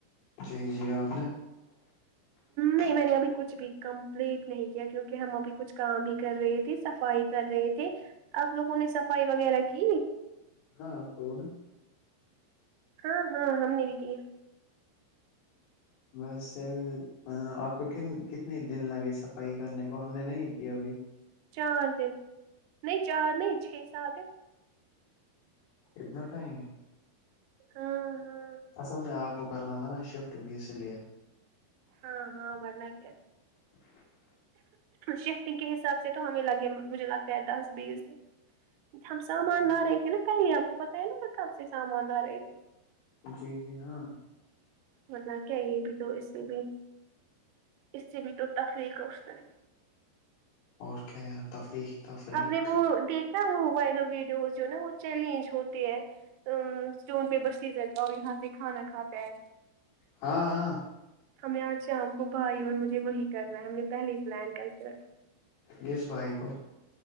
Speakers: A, on the left; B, on the right.
A: جی- جی آپ نے- <inaudible>
B: نہیں میں نے ابھی کچھ بھی کمپلیٹ نہیں کیا کیونکہ ہم ابھی کچھ کام ہی کر رہے تھے صفائی کر رہے تھے- آپ لوگوں نے صفائی وغیرہ کی-
A: ہاں پگ نا
B: ہاں- ہاں ہم نے و کی-
A: ویسے آپ کون کتنے دن لگے صفائی کرنے کو ہم نے نہیں کیا ابھی
B: چار دن نہیں چار نہیں چھ سال دن
A: اتنا ٹائم
B: ہاں ہاں
A: اصل میں آگ کو کرنا تھا نا شفٹ بھی اس لیے
B: ہاں ہاں برنا کے شفٹنگ کے حساب سے تو ہمیں لگے مجھے لگ پیدااز بیس دس- ہم سامان لا رہے تھے نا کہیں آپ کو پتاہ ہے نا میں کب سے سامان لا رہے تھے-
A: جی- جی ہاں
B: مطلب کیا یہ بھی تو اس سے بھی اس سے بھی تو تفریق ہے-
A: اور کیا تفریح تفریح
B: آپ نے وہ دیکھا وہ وائرل ویڈیوز جو نا وہ چیلنج ہوتے ہیں- اسٹون پہ بسییز رہتا ہے اور یہاں سے کھانا کھاتا ہے-
A: ہاں- ہاں
B: ہمیں آج شام کو بھائی اور مجھے وہی کرنا ہے ہم نے پہلے ہی پلان کر کے رکھا-
A: ی بھائی کو